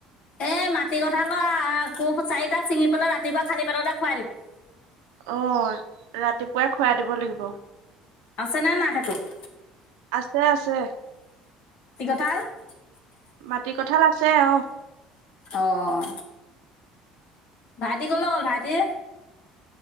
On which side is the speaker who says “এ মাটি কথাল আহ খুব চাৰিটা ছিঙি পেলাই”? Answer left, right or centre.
Left